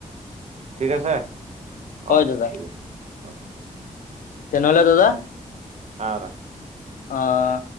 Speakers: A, on the right; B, on the left.
A: <unintelligible> ঠিক আছে,
B: হয়
A: অঁ
B: দাদা
A: ঠিক আছে অঁ <unintelligible>
B: তেনেহলে দাদা
A: আ <unintelligible>
B: অঁ!